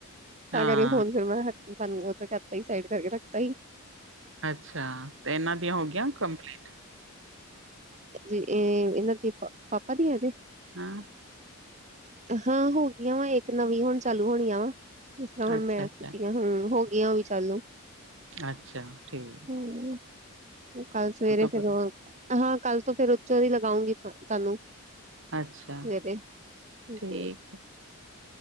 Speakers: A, on the right; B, on the right.
A: ਤਾਂ
B: ਹਾਂ
A: ਕਰੀ ਫੋਨ ਫੇਰ ਮੈਂ ਕਰਤਾ ਹੀ ਸਾਈਡ ਕਰਕੇ ਰੱਖਤਾ ਹੀ।
B: ਅੱਛਾ। ਤੇ ਇਹਨਾਂ ਦੀਆਂ ਹੋ ਗੀਆਂ ਕੰਪਲੀਟ।
A: ਇਹ ਇਹਨਾਂ ਦੇ ਪਾਪਾ ਦੀ ਆਜੇ।
B: ਹਾਂ
A: ਹਾਂ ਹੋ ਗਈਆਂ ਵਾ, ਇੱਕ ਨਵੀਂ ਹੁਨ ਚਾਲੂ ਹੋਣੀ ਆ। ਜਿਸ ਤਰ੍ਹਾਂ ਹੁਣ
B: ਅੱਛਾ
A: ਮੈਂ
B: ਅੱਛਾ
A: ਕੀਤੀਆਂ ਹ ਹੋ ਗਈ ਵੀ ਚੱਲ।
B: ਅੱਛਾ ਠੀਕ ਹੈ।
A: ਹੁ ਕੱਲ ਸਵੇਰੇ
B: ਕਰੋ
A: ਫੇਰ ਉਹ ਹਾਂ- ਕੱਲ ਤੋਂ ਫੇਰ ਉੋਂਦੇ ਹੀ ਲਗਾਉਂਗੀ ਤੁਹਾਨੂੰ।
B: ਅੱਛਾ
A: ਸ <inaudible>
B: ਠੀਕ
A: <inaudible>